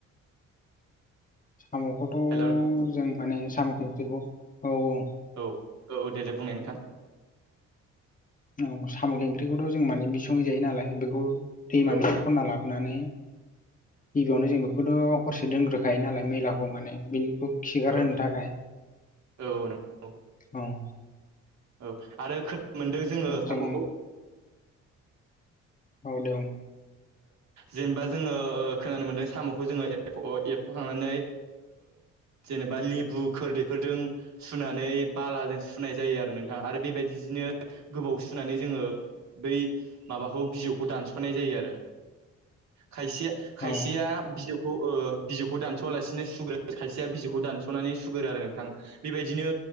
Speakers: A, on the left (about 25°); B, on the right (about 65°).
A: साम'खौथ'
B: हेल' औ
A: जों माने साम' खेख्रिखौ औ औ
B: औ औ देलाय बुंनाय नोंथां‌
A: औ साम' ओंख्रिखौथ' जों माने बिसङै जायो नालाय बेखौ दैमानिफ्राय
B: औ
A: खनननै लाब हरनानै गिबियावनो जों बेखौथ' हरसे दोनग्रोखायो नालाय मैलाखौ माने बिनिखौ खिगार
B: औ
A: होनो थाखाय
B: औ नों औ
A: औ ।
B: औ आरो खोनानो मोनदों जोङो
A: जों
B: साम'खौ
A: औ दे बुं।
B: जेनेबा जोङो खोनानो मोनदों साम'खौ जोङो एरख'खांनानै जेनेबा लेबु खोरदैफोरजों सुनानै बालाजों सुनाय जायो आरो नोंथां आरो बे बायदिनो गोबाव सुनानै जोङो बै माबाखौ बिजौखौ दानस'नाय जायो आरो खायसे खायसेया
A: औ
B: बिजौ खौ ओ बिजौखौ दानस'आलासिनो सुगोरो खायसेया बिजौखौ दानस'नानै सुगोरो आरो नोंथां । बेबायदिनो